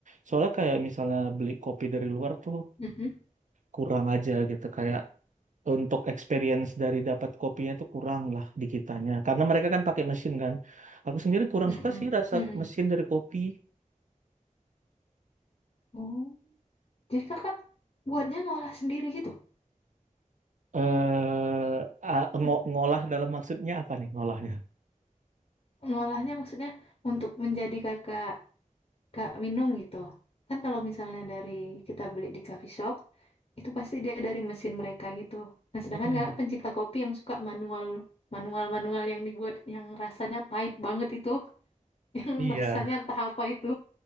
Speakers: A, on the right (about 65°); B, on the left (about 45°).
A: Soalnya kayak misalnya beli kopi dari luar tuh
B: Mm-mm.
A: kurang aja gitu kayak Untuk experience dari dapat kopinya tuh kurang lah di kitanya. Karena mereka kan pakai mesin kan. Aku sendiri kurang
B: Mm-mm.
A: suka sih rasa
B: Mm-mm.
A: mesin dari kopi.
B: Oh, jadi kakak buatnya ngolah sendiri gitu?
A: eh a ngo
B: M-
A: ngolah dalam maksudnya apa nih ngolahnya?
B: Ngolahnya maksudnya untuk menjadi kakak kak minum gitu. Kan kalau misalnya dari kita beli di coffee shop, itu pasti dia dari mesin mereka gitu. Nah, sedangkan
A: Mhm,
B: kakak pencinta kopi yang suka manual manual manual yang dibuat yang rasanya pahit banget itu, <laughs> yang
A: Iya.
B: rasanya entah apa itu.